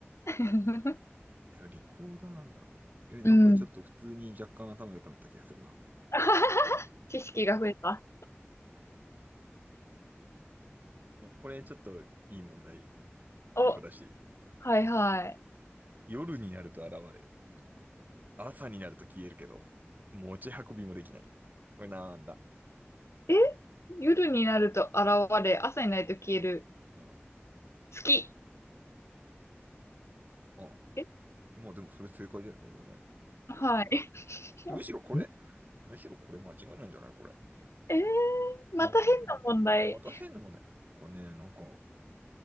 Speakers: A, on the left (about 75°); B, on the right (about 40°).
A: <laughs>
B: いや、リコーダーなんだ。え、なんかちょっと普通に若干頭良くなった気がするな。
A: うん。<laughs> 知識が増えた。
B: あこれちょっといい問題、
A: お、
B: 一個だし。
A: はいはい。
B: 夜になると現れ。朝になると消えるけど、持ち運びもできない。これなんだ。
A: え夜になると現れ、朝になると消える。
B: うん。
A: 月。
B: あ、
A: え
B: まあでもそれ正解だよね、でもね。
A: はい。
B: むしろこれ、
A: ん
B: むしろこれ間違いないんじゃないこれ。
A: えー、
B: なんかね、
A: また変な問題。
B: また変なもんね。これね、なんか、